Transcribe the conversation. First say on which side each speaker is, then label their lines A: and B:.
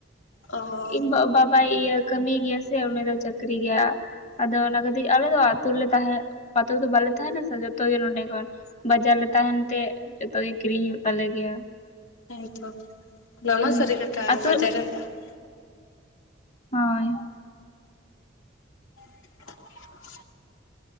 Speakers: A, on the left; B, on the left.
A: ᱚ
B: ᱤᱧ ᱵᱟ ᱵᱟᱭ ᱤᱭᱟᱹ ᱠᱟᱹᱢᱤᱭ ᱜᱮᱭᱟ ᱥᱮ ᱩᱱᱤ ᱫᱚ ᱪᱟᱹᱠᱨᱤ ᱜᱮᱭᱟ᱾ ᱟᱫᱚ ᱚᱱᱟ ᱠᱷᱟᱹᱛᱤᱨ ᱟᱞᱮ ᱫᱚ ᱟᱛᱳ ᱨᱮᱞᱮ ᱛᱟᱦᱮᱸ ᱯᱟᱛᱳ ᱫᱚ ᱵᱟᱞᱮ ᱛᱟᱦᱮᱱᱟ ᱥᱮ ᱡᱚᱛᱚ ᱜᱮ ᱱᱚᱰᱮ ᱠᱷᱚᱱ᱾ ᱵᱟᱡᱟᱨ ᱞᱮ ᱛᱟᱦᱮᱱ ᱛᱮ ᱡᱚᱛᱚᱜ ᱜᱮ ᱠᱤᱨᱤᱧ ᱦᱩᱭᱩᱜ ᱛᱟᱞᱮ ᱜᱮᱭᱟ᱾
A: ᱦᱮᱛᱚ ᱱᱟᱢᱟ
B: ᱦᱩᱸ
A: <unintelligible> ᱥᱟᱨᱤ ᱠᱟᱛᱷᱟ
B: ᱟᱛᱳ
A: ᱵᱟᱡᱟᱨ ᱨᱮᱢᱛᱟ <unintelligible>
B: ᱦᱚᱭ
A: <unintelligible>